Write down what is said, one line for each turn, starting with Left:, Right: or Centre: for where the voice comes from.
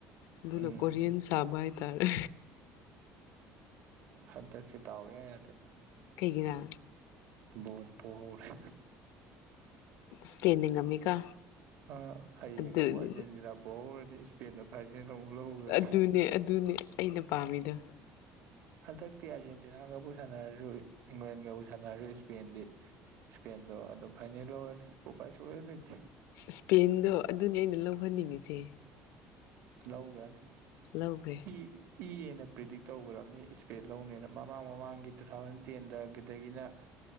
Left: ꯑꯗꯨꯅ
Right: ꯎꯝ
Left: ꯀꯣꯔꯤꯌꯟ ꯁꯥꯕ ꯍꯥꯏꯇꯥꯔꯦ
Right: ꯍꯟꯗꯛꯁꯦ ꯗꯥꯎ ꯏꯌꯥ ꯌꯥꯗꯦ
Left: ꯀꯩꯒꯤꯔꯥ
Right: ꯕꯣꯟ ꯄꯣꯍꯧꯔꯦ
Left: ꯏꯁꯄꯦꯟꯅ ꯉꯝꯃꯤꯀ
Right: ꯑꯥ ꯍꯌꯦꯡ
Left: ꯑꯗꯨꯅꯤ
Right: ꯑꯃꯨꯛ ꯑꯥꯔꯖꯦꯟꯇꯤꯅꯥ ꯄꯣꯍꯧꯔꯅꯤ ꯁꯄꯦꯟꯅ ꯐꯥꯔꯁꯅꯦ ꯑꯃꯨꯛ ꯂꯧꯈ꯭ꯔꯅꯤ
Left: ꯑꯗꯨꯅꯦ ꯑꯗꯨꯅꯦ ꯑꯩꯅ ꯄꯥꯝꯃꯤꯗꯣ
Right: ꯍꯟꯗꯛꯇꯤ ꯑꯥꯔꯖꯦꯟꯇꯤꯅꯥꯒꯕꯨ ꯁꯥꯟꯅꯔꯁꯨ ꯏꯪꯂꯦꯟꯒꯕꯨ ꯁꯥꯟꯅꯔꯁꯨ ꯏꯁꯄꯦꯟꯗꯤ ꯏꯁꯄꯦꯟꯗꯣ ꯑꯗꯨꯝ ꯐꯥꯏꯅꯦꯜ ꯂꯧꯔꯅꯤ ꯎꯄꯥꯏ ꯁꯨꯛꯂꯩ ꯂꯩꯇꯦ
Left: ꯏꯁꯄꯦꯟꯗꯣ ꯑꯗꯨꯅꯤ ꯑꯩꯅ ꯂꯧꯍꯟꯅꯤꯡꯉꯤꯁꯦ
Right: ꯂꯧꯒꯔꯅꯤ
Left: ꯂꯧꯒ꯭ꯔꯦ
Right: ꯏ ꯏ ꯍꯦꯟꯅ ꯄ꯭ꯔꯤꯗꯤꯛ ꯇꯧꯈ꯭ꯔꯕꯅꯦ ꯏꯁꯄꯦꯟꯅ ꯂꯧꯅꯦꯅ ꯃꯃꯥꯡ ꯃꯃꯥꯡꯒꯤ ꯇꯨ ꯊꯥꯎꯖꯟ ꯇꯦꯟꯗꯒꯤꯗꯒꯤꯅ